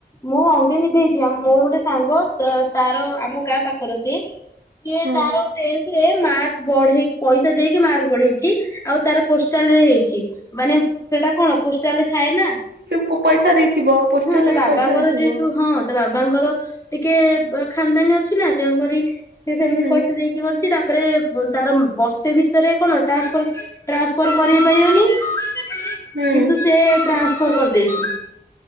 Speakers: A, on the left (about 20°); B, on the right (about 85°).
A: ମୁଁ ଅଙ୍ଗେ ନିଭେଇଛି ମୋର ଗୋଟେ ସାଙ୍ଗ ତ ତାର ଆମ ଗାଁ ପାଖର ସିଏ ସିଏ
B: ହଁ
A: ତାର ଟେନ୍ଥରେ ମାର୍କ ବଢେଇ ପଇସା ଦେଇକି ମାର୍କ ବଢେଇଛି ଆଉ ତାର ପୋଷ୍ଟାଲରେ ହେଇଛି। ମାନେ ସେଟା କଣ ପୋଷ୍ଟାରେ ଥାଏ ନା।
B: କୁ ପଇସା ଦେଇଥିବ। ପୋଷ୍ଟାଲ
A: ହଁ ତା ବାବାଙ୍କର
B: ବି ପଇସା ଦେଇଥିବ।
A: ଯେହେତୁ ହଁ। ତା ବାବାଙ୍କର ଟିକେ ଖାନଦାନୀ ଅଛି ନା ତେଣୁକରି ସେ
B: ହୁଁ
A: ସେମିତି
B: ହୁଁ
A: ପଇସା ଦେଇକି କରି ଛି ତାପରେ ତାର ବର୍ଷେ ଭିତରେ କଣ ଟାନ୍ସପର୍ ଟ୍ରାନ୍ସଫର କରିବି ପାରିବନି କିନ୍ତୁ
B: ହୁଁ।
A: ସେ ଟ୍ରାନ୍ସଫର କରିଦେଇଛି।